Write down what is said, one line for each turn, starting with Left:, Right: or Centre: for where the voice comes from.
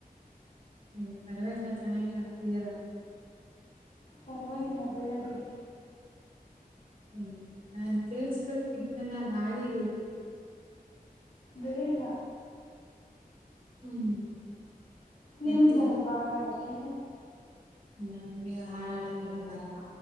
Right: ಹ್ಮ್ ಪರ್ವಾಗಿಲ್ಲ ಚೆನಾಗೆ ಹಾಡ್ತಿದೀರ
Left: ಪರ್ವಾಗಿಲ್ಲ ಬೇಡ ಬಿಡಿ
Right: ಹ್ಮ್ ನಾನ್ ಕೇಳ್ಸಳಕ್ ಇದ್ನೆಲ್ಲ ಹಾಡಿ
Left: ಬೇಡ
Right: ಹ್ಮ್
Left: ನಿಮ್ಗ್
Right: ಮತ್ತೆ
Left: ಬರಲ್ವಾ ಹಾಡಾಡಕೆ
Right: ನಮ್ಗೆ ಹಾಡಾಡಕ್ಕೆಲ್ಲ ಬರಲ್ಲ